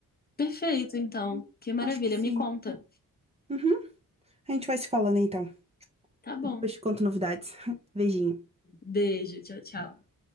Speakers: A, on the left (about 25°); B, on the right (about 20°).
A: Perfeito, então.
B: Hum,
A: Que maravilha.
B: Acho que sim.
A: Me conta.
B: Uhum. A gente vai se falando então.
A: Tá bom.
B: Depois te conto novidades. <laughs> Beijinho.
A: Beijo. Tchau, tchau.
B: Tá.